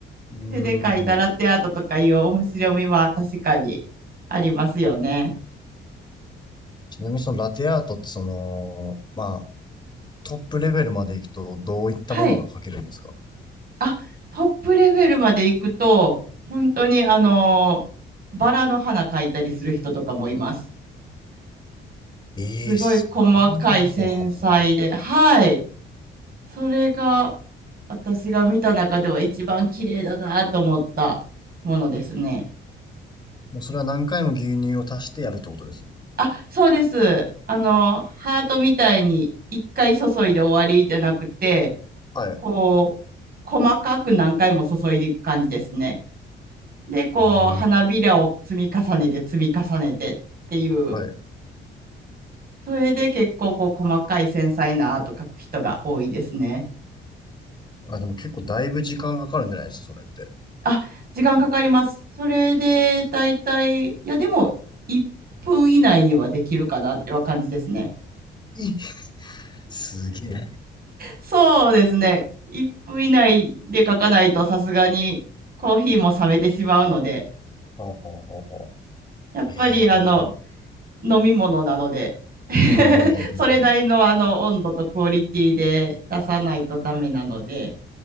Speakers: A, on the left (about 20°); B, on the right (about 50°).
A: うーん。
B: 手で描いたラテアートとかいう面白みは確かにありますよね。
A: ちなみにそのラテアートってその、まあトップレベルまで行くとどういったものが描けるんですか
B: はい。あ、トップレベルまで行くと、本当にあのーバラの花描いたりする人とかもいます。
A: ええスバラの花、
B: すごい細かい繊細で、
A: ほうほうほうほう。
B: はい。それが私が見た中では一番綺麗だなと思ったものですね。
A: もうそれは何回も牛乳を足してやるってことです。
B: あ、そうです。あの、ハートみたいに一回注いで終わりじゃなくて、
A: はい。
B: こう、細かく何回も注いでいく感じですね。で、こう、
A: うん
B: 花びらを積み重ねて積み重ねてっていう、
A: はい。
B: それで結構こう、細かい繊細なアート描く人が多いですね。
A: あ、でも結構だいぶ時間かかるんじゃないですか、それって。
B: あ、時間かかります。それで、だいたい、いや、でも、1分以内にはできるかなっては感じですね。
A: いすげえ。
B: そうですね。1分以内で書かないとさすがにコーヒーも冷めてしまうので、
A: ほうほうほうほ
B: やっぱりあの
A: う。ええー
B: 飲み物なので <laughs>
A: うん、うん、うん、うん。
B: それなりのあの温度とクオリティで出さないとダメなので、